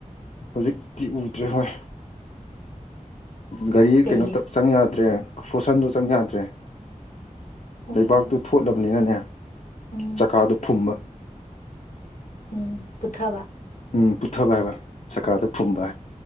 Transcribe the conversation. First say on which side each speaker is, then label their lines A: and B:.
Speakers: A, on the left; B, on the left.
A: ꯍꯧꯖꯤꯛꯇꯤ ꯎꯗ꯭ꯔꯦ ꯍꯣꯏ ꯒꯥꯔꯤ
B: ꯀꯩꯒꯤ
A: ꯀꯩꯅꯣ ꯇꯧ ꯆꯪ ꯌꯥꯗ꯭ꯔꯦ ꯐꯣꯔꯁꯟꯗꫭ ꯆꯪ ꯌꯥꯗ꯭ꯔꯦ
B: ꯎꯝ
A: ꯂꯩꯩꯕꯥꯛꯇꯨ ꯊꯣꯠꯂꯕꯅꯤꯅꯅꯦ
B: ꯎꯝ
A: ꯆꯀꯥꯗꯨ ꯐꯨꯝꯕ
B: ꯎꯝ ꯄꯨꯠꯊꯥꯕ
A: ꯎꯝ ꯄꯨꯊꯕ ꯍꯥꯏꯕ ꯆꯀꯥꯗ ꯐꯨꯝꯕ